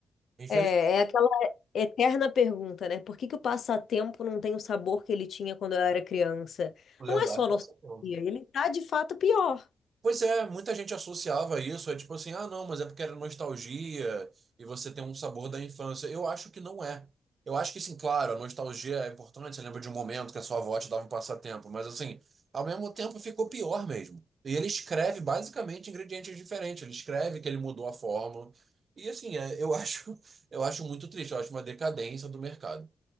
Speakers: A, on the right; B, on the left.
A: Infelizmente,
B: é, é aquela eterna pergunta, né? Por que que o passatempo não tem o sabor que ele tinha quando eu era criança?
A: o lendário
B: Não é só
A: passa
B: nostalgia,
A: por.
B: ele tá de fato pior.
A: Pois é, muita gente associava isso, é tipo assim, ah, não, mas é porque era nostalgia e você tem um sabor da infância. Eu acho que não é. Eu acho que, sim, claro, a nostalgia é importante, você lembra de um momento que a sua avó te dava um passatempo, mas assim, ao mesmo tempo ficou pior mesmo. E ele escreve basicamente ingredientes diferentes, ele escreve que ele mudou a fórmula. E assim, é, eu <laughs> acho, eu acho muito triste, eu acho uma decadência do mercado.